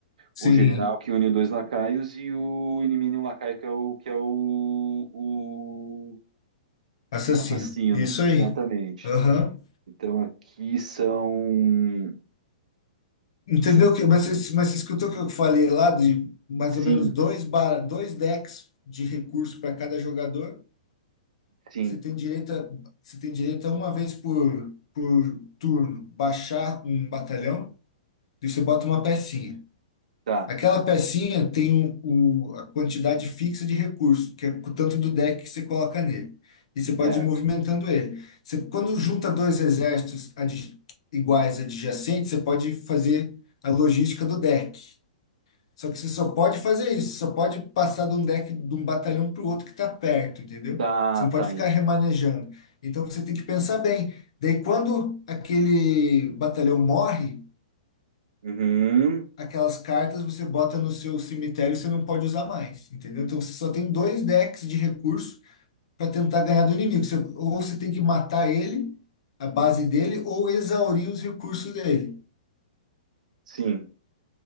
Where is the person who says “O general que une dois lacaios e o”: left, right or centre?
Right